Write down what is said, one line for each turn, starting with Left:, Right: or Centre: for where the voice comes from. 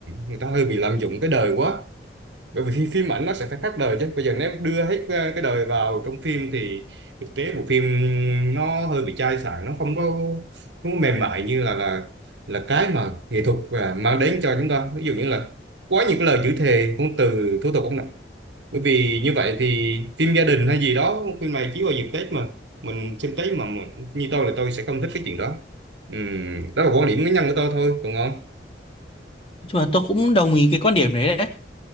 Right: người ta hơi bị lạm dụng cái đời quá bởi vì phim, phim ảnh nó sẽ phải khác đời chứ bây giờ nếu đưa hết ờ, cái đời vào trong phim thì thực tế bộ phim nó hơi bị chai sạn nó không có không có mềm mại như là là là cái mà nghệ thuật à, mang đến cho chúng ta ví dụ như là quá nhiều cái lời chữ thề ngôn từ thô tục không nè bởi vì như vậy thì phim gia đình hay gì đó phim này chiếu vào dịp Tết mà mình xem Tết mà mình, như tôi là tôi sẽ không thích cái chuyện đó Ừm, đó là quan điểm cá nhân của tôi thôi còn không
Left: nói chung là tôi cũng đồng ý cái quan điểm đấy đấy